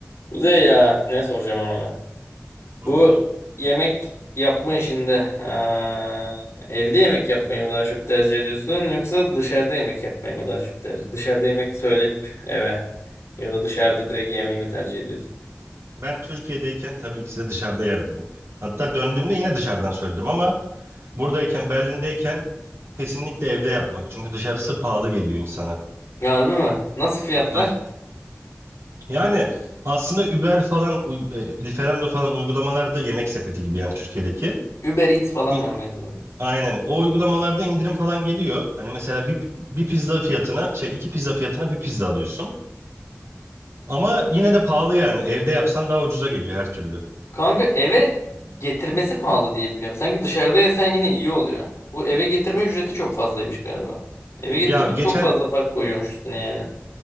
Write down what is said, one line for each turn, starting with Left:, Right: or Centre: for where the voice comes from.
Left: Kuzey ya ne soracağım abi? Bu
Right: Ne oldu?
Left: yemek yapma işinde ha, evde yemek yapmayı mı daha çok tercih ediyorsun yoksa dışarıda yemek yapmayı mı daha çok tercih? Dışarıda yemek söyleyip eve ya da dışarıda direkt yemeği mi tercih ediyorsun?
Right: Ben Türkiye'deyken tabii ki size dışarıda yerdim hep. Hatta döndüğümde yine dışarıdan söyledim ama buradayken Berlin'deyken kesinlikle evde yapmak. Çünkü dışarısı pahalı geliyor insana.
Left: Harbi mi? Nasıl fiyatlar?
Right: Ha, Yani aslında Uber falan, uy- e, Lieferando falan uygulamalarda yemek sepeti gibi yani Türkiye'deki.
Left: Uber Eats falan
Right: İ-
Left: var galiba.
Right: Aynen. O uygulamalarda indirim falan geliyor. Hani mesela bir, bir pizza fiyatına şey iki pizza fiyatına bir pizza alıyorsun. Ama yine de pahalı yani. Evde yapsan daha ucuza geliyor her türlü.
Left: Kanka eve getirmesi pahalı diye biliyorum. Sanki dışarıda yesen yine iyi oluyor. Bu eve getirme ücreti çok fazlaymış galiba. Eve getirince
Right: Ya geçen
Left: çok fazla fark koyuyormuş üstüne yani.